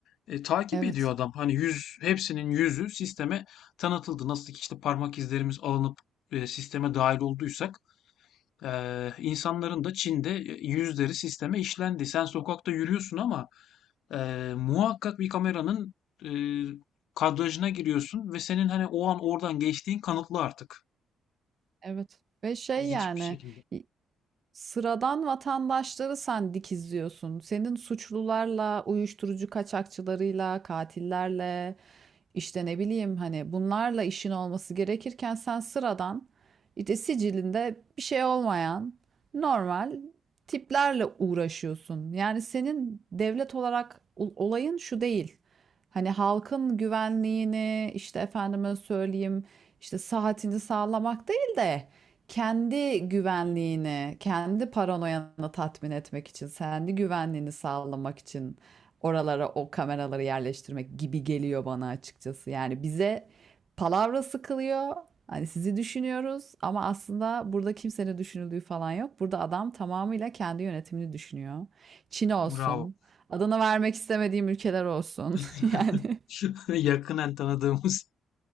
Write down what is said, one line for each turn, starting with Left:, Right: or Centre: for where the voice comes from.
Left: e, takip
Right: Evet,
Left: ediyor adam. Hani yüz hepsinin yüzü sisteme tanıtıldı. Nasıl ki işte parmak izlerimiz alınıp e, sisteme dahil olduysak ee, insanların da Çin'de yüzleri sisteme işlendi. Sen sokakta yürüyorsun ama e, muhakkak bir kameranın e, kadrajına giriyorsun ve senin hani o an oradan geçtiğin kanıtlı artık.
Right: evet ve şey
Left: Hiçbir
Right: yani,
Left: şekilde.
Right: i Sıradan vatandaşları sen dikizliyorsun. Senin suçlularla, uyuşturucu kaçakçılarıyla, katillerle, işte ne bileyim hani bunlarla işin olması gerekirken sen sıradan, işte sicilinde bir şey olmayan, normal tiplerle uğraşıyorsun. Yani senin devlet olarak ol- olayın şu değil. Hani halkın güvenliğini, işte efendime söyleyeyim, işte saatini sağlamak değil de kendi güvenliğini, kendi paranoyanı tatmin etmek için, kendi güvenliğini sağlamak için oralara o kameraları yerleştirmek gibi geliyor bana açıkçası. Yani bize palavra sıkılıyor. Hani sizi düşünüyoruz ama aslında burada kimsenin düşünüldüğü falan yok. Burada adam tamamıyla kendi yönetimini düşünüyor. Çin olsun,
Left: Bravo.
Right: adını vermek istemediğim ülkeler olsun.
Left: <laughs>
Right: <laughs> Yani
Left: Yakınen tanıdığımız.